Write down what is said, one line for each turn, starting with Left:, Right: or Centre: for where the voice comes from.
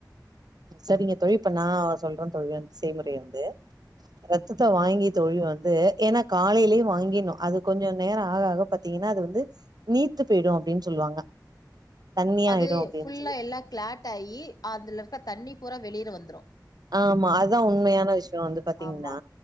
Right: சரிங்க தோழி இப்ப நா சொல்ற தோழி செய்முறை
Left: ம்
Right: வந்து
Left: ம்
Right: ரத்தத்த வாங்கி தோழி வந்து ஏன்னா காலைலயே வாங்கினு அது கொஞ்சோ நேரோ ஆக ஆக பாத்திங்கன்னா அது வந்து நீத்து பொய்டு அப்டின் சொல்லுவாங்க தண்ணியாயிடு
Left: அது
Right: அப்டின்னு
Left: ஃபுல்லா
Right: சொல்லி
Left: எல்லா க்ளாட் ஆயி அதுல இருக்க தண்ணி பூரா வெளில வந்ரு
Right: ஆமா அதா உண்மையான விஷ்யோ வந்து பாத்திங்ன்னா
Left: ஆமா